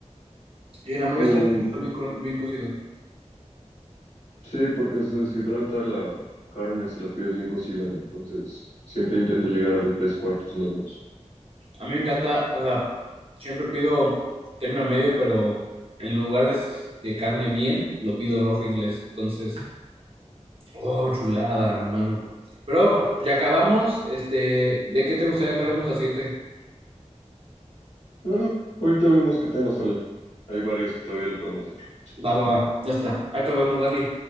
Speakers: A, on the right; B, on the left.
A: Y en la
B: Sí,
A: hamburguesa
B: en-
A: está bien, bien co- bien cocido.
B: sí, porque se deshidrata la carne si la pides bien cocida, entonces siempre intento llegar a los tres cuartos nada más.
A: A mí me encanta, o sea, siempre pido término medio, pero en lugares de carne bien, lo pido rojo inglés. Entonces, oh, chulada, hermano. Pero ya acabamos, este, ¿de qué te gustaría que hablemos la siguiente?
B: Ah, ahorita vemos qué tema sale. Hay varios que todavía le podemos dar.
A: Va, va, va, ya está. Ahí te vemos, Dani.